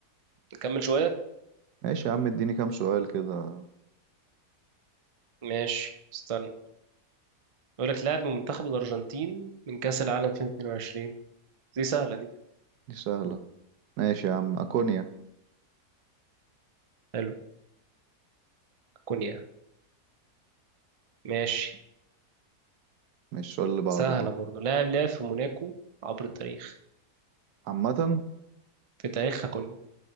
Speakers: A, on the right; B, on the right.
A: نكمل شويه
B: ماشي يا عم اديني كام سؤال كده
A: ماشي استنى يقول لك لاعب من منتخب الأرجنتين من كأس العالم 2022 دي سهلة دي
B: دي سهله ماشي يا عم اكونيا
A: حلو كونيا ماشي
B: مش السؤال اللي بعده
A: سهلة
B: بقى
A: برضه لاعب لعب في موناكو عبر التاريخ
B: عامة
A: في تاريخها كله